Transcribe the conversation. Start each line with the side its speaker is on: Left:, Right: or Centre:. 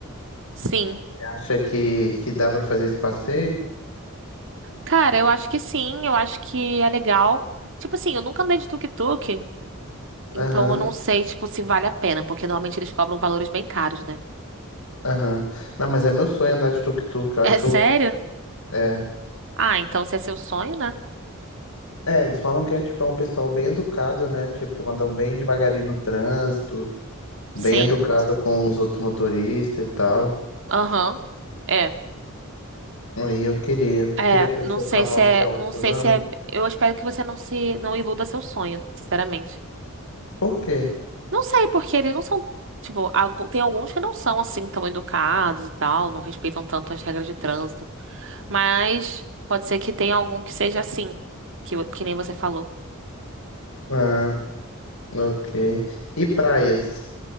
Right: sim.
Left: Acha que, que dá pra fazer esse passeio?
Right: Cara, eu acho que sim, eu acho que é legal. Tipo assim, eu nunca andei de tuk-tuk, então
Left: Aham,
Right: eu não sei, tipo, se vale a pena, porque normalmente eles cobram valores bem caros, né?
Left: aham. Não, mas é meu sonho andar de tuk-tuk. Eu acho
Right: É sério?
Left: que eu É.
Right: Ah, então se é seu sonho, né?
Left: É, eles falam que é tipo é um pessoal bem educado, né? Tipo, andam bem devagarinho no trânsito, bem
Right: Sim.
Left: educado com os outros motoristas e tal.
Right: Aham. é.
Left: Aí eu queria,
Right: É,
Left: queria conhecer
Right: não sei
Left: o cavalo
Right: se é,
Left: de Alfama.
Right: não sei se é, eu espero que você não se, não iluda seu sonho, sinceramente.
Left: Por quê?
Right: Não sei, porque eles não são, tipo, algu- tem alguns que não são assim tão educados e tal, não respeitam tanto as regras de trânsito, mas pode ser que tenha algum que seja assim, que, o- que nem você falou.
Left: Ah, ok. E praias